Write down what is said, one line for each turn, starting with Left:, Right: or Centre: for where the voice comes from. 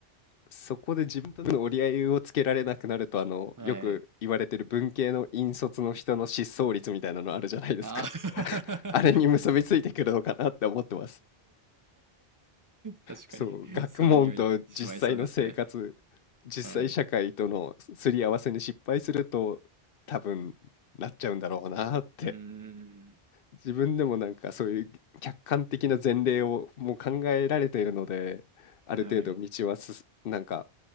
Left: そこで自分との折り合いをつけられなくなると、あの、
Right: はい。
Left: よく言われてる文系の引率の人の失踪率みたいなのあるじゃないですか。
Right: ああ <laughs>
Left: <laughs> あれに結びついてくるのかなって思ってます。
Right: 確かに、
Left: そう、学問と実際の生活、
Right: それにはいってしまいそうですね。
Left: 実際社会とのすすり合わせに失敗すると、
Right: はい。
Left: 多分なっちゃうんだろうなって。
Right: うーん。
Left: 自分でもなんかそういう客観的な前例をもう考えられているので、ある程度道はすすなんか
Right: はい。